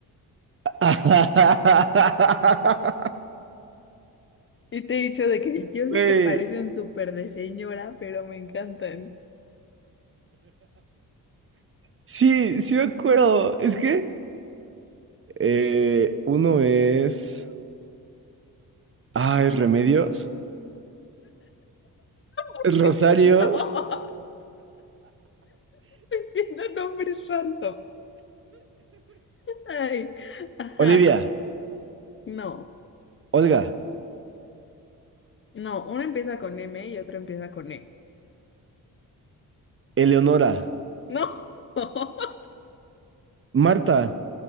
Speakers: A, on the right (about 35°); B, on the left (about 35°).
A: <laughs>
B: Y te he dicho de que yo
A: Güey.
B: sé que parecen súper de señora, pero me encantan.
A: Sí, sí me acuerdo. Es que eh, uno es. Ay, Remedios.
B: <laughs>
A: Rosario.
B: No, <laughs> siendo nombres random. Ay, ajá,
A: Olivia.
B: no.
A: Olga.
B: No, uno empieza con M y otro empieza con E.
A: Eleonora.
B: No, <laughs>
A: Marta.